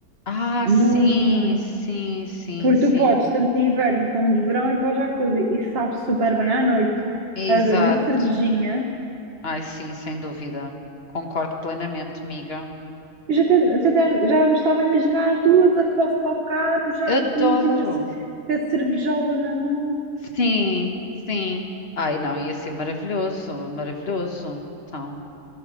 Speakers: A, on the left (about 45°); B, on the right (about 45°).
A: Ah,
B: Muito,
A: sim,
B: muito.
A: sim, sim,
B: Porque
A: sim.
B: tu podes, tanto de inverno como de verão, ir para o jacuzzi. E sabe super bem à noite,
A: Exato.
B: a beber uma cervejinha.
A: Ai, sim, sem dúvida. Concordo plenamente, amiga.
B: Eu já, até, já até- já me estava a imaginar as duas a fofocar no jacuzzi
A: Adoro.
B: com a, ce- com a cervejola na mão.
A: Sim, sim. Ai, não, ia ser maravilhoso, maravilhoso. Então,